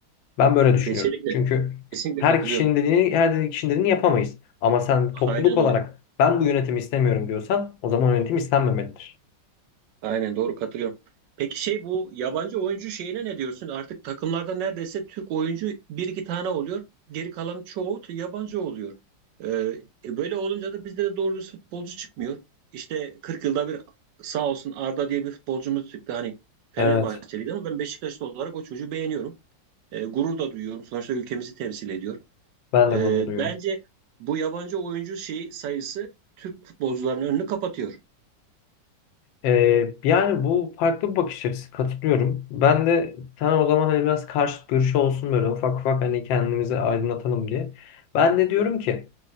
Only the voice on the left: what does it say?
Ben böyle düşünüyorum.
Çünkü
her
kişinin dediğini, her kişinin dediğini yapamayız. Ama sen
topluluk olarak
ben bu yönetimi istemiyorum diyorsan o zaman yönetim istenmemelidir.
Evet,
ben de
gurur duyuyorum.
Ee, yani bu farklı bir bakış açısı katılıyorum. Ben de sen o zaman hani biraz karşıt görüşü olsun böyle ufak ufak hani kendimizi aydınlatalım diye. Ben de diyorum ki